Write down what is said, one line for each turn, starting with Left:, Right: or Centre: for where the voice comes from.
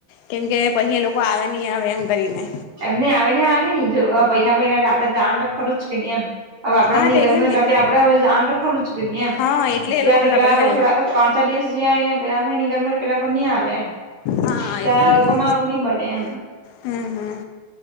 Left: કેમકે પછી એ લોકો આવે નહીં આવે એમ કરીને.
Right: એમને આવે ને આ ન જો ભૈ ભ આપડે જાન તો ખરું જ કે નહી એમ. હવે આપડ
Left: હા
Right: ની
Left: તે
Right: ગમે
Left: એટલે ને
Right: આપડે હવે જાણ તો ખરું કે નહી એમ.
Left: હા એટલે એ
Right: ત્યારે
Left: લોકો
Right: પેલા
Left: પૈસા લે
Right: થોડા પાંચ ચાર દિવસ જયા એને. પેલા ન ગ પેલા કો નહી આવે એમ
Left: હા
Right: ત્યાં
Left: એટલે ને
Right: લોકો આવું નહ બને એમ
Left: હમ હમ